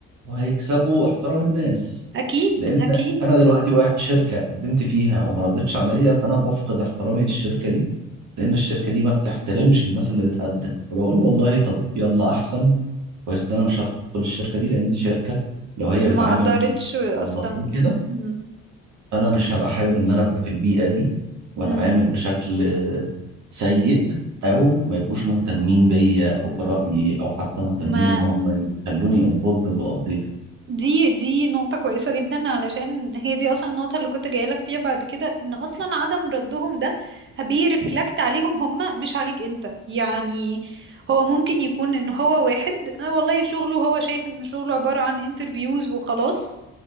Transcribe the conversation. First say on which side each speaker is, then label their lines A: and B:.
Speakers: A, on the right; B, on the right.
A: وهيكسبوا احترام الناس
B: اكيد
A: لأن
B: اكيد
A: أنا دلوقتي واحد شركة قدمت فيها وما ردتش عليا فأنا بفقد احترامي للشركة دي لأن الشركة دي ما بتحترمش الناس اللي بتقدم فبقول والله طب يلا أحسن كويس ده أنا مش هدخل الشركة دي لأن دي شركة لو هي
B: ما
A: بتعامل
B: قدرتش اصلا
A: الموظفين كده
B: م-
A: انا مش هبقى حابب ان انا ابقى في البيئه دي واتعامل
B: م-
A: بشكل سيء او ما يبقوش مهتمين بيا او برايي او حتى مهتمين
B: ما
A: ان هم يخلوني انفولفد وابديتد
B: دي دي نقطة كويسة جدا علشان هي دي اصلا النقطة اللي كنت جايلك فيها بعد كده ان اصلا عدم ردهم ده بيرفلكت عليهم هم مش عليك انت يعني هو ممكن يكون ان هو واحد آه والله شغله هو شايف ان شغله عبارة عن انترفيوز وخلاص